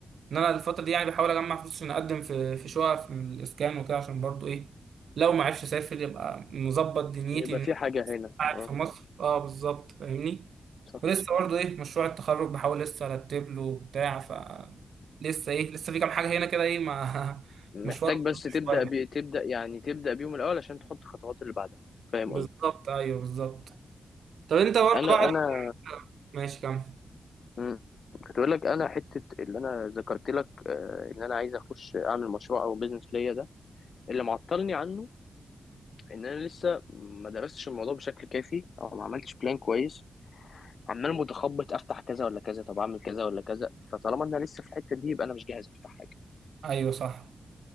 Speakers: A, on the right (about 75°); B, on the left (about 50°).
A: ان انا الفتره دي يعني بحاول اجمع فلوس عشان اقدم في في شقق في الاسكان وكده عشان برضو ايه لو ما عرفش اسافر يبقى مظبط دنيتي
B: يبقى
A: ان انا
B: في حاجة هنا
A: قاعد
B: أه
A: في مصر اه بالظبط فاهمني
B: صح
A: ولسه برضه ايه مشروع التخرج بحاول لسه ارتب له بتاع ف لسه ايه لسه في كام حاجه هنا كده ايه ما <laughs>
B: محتاج
A: مشوار
B: بس تبدأ
A: شويه
B: ب... تبدأ يعني تبدأ بيهم الأول عشان تحط خطوات اللي بعدها فاهم
A: بالظبط
B: قصدي
A: ايوه بالظبط طب انت برضه
B: أنا
A: بعد
B: أنا
A: ماشي كمل
B: مم. كنت بقول لك انا حته اللي انا ذكرت لك آه، ان انا عايز اخش اعمل مشروع او بيزنس ليا ده اللي معطلني عنه ان انا لسه ما درستش الموضوع بشكل كافي او ما عملتش بلان كويس عمال متخبط افتح كذا ولا كذا طب اعمل كذا ولا كذا فطالما انا لسه في الحته دي يبقى انا مش جاهز افتح حاجه
A: ايوه صح